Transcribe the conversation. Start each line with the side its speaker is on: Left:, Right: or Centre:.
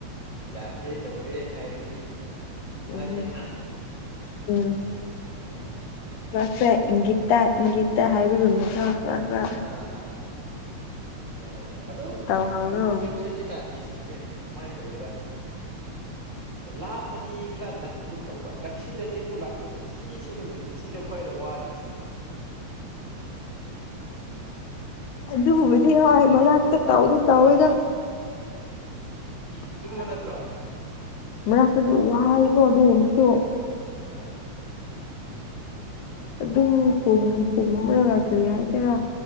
Right: ꯌꯥꯒꯦ ꯇꯧꯔꯦ ꯍꯥꯏꯔꯗꯤ
Left: ꯎꯝ
Right: ꯈꯔ ꯍꯦꯟꯅ
Left: ꯎꯝ
Right: ꯎꯝ ꯎꯝ
Left: ꯈ꯭ꯔ ꯈ꯭ꯔꯦ ꯏꯪꯒꯤꯇꯥ ꯏꯪꯒꯤꯇꯥ ꯍꯥꯏꯕꯒꯨꯝꯃꯤꯗ꯭ꯔꯣ ꯈꯔ ꯈꯔꯥ
Right: ꯑꯥ ꯑꯥ ꯌꯥꯏ ꯌꯥꯏ ꯑꯗꯨ
Left: ꯇꯧꯍꯧꯔꯣ
Right: ꯂꯨꯔꯤꯕꯁꯤ ꯍꯧꯖꯤꯛ ꯀꯥꯟꯒꯤꯁꯤꯡꯁꯦ ꯀꯃꯥꯏꯅ ꯇꯧꯒꯦꯗ
Left: <inaudible>
Right: ꯂꯥꯞꯄꯗꯤ ꯈꯔ ꯅꯛꯄꯒꯨꯝ ꯇꯧꯕ ꯅꯛꯁꯤꯜꯂꯗꯤ ꯑꯃꯨꯛ ꯂꯥꯞꯊꯣꯛꯄ ꯁꯤꯁꯤꯅꯤꯅꯦ ꯄꯨꯟꯁꯤꯗ ꯈ꯭ꯋꯥꯏꯗ ꯋꯥꯔꯤꯕꯁꯤ
Left: <inaudible> ꯑꯗꯨꯕꯕꯨꯗꯤ ꯍꯣꯏ ꯃꯉꯛꯇ ꯇꯥꯎꯗꯤ ꯇꯧꯋꯦꯗ <inaudible>
Right: ꯑꯆꯨꯝꯕ ꯅꯠꯇ꯭ꯔꯣ
Left: ꯃꯅꯥꯛꯇꯗꯤ ꯋꯥꯀꯣ ꯑꯗꯨꯒꯨꯝꯕꯁꯨ
Right: ꯎꯝ
Left: ꯑꯗꯨꯝ ꯍꯨꯝꯂꯒ ꯀꯔꯤ ꯍꯥꯏꯁꯤꯦꯔꯥ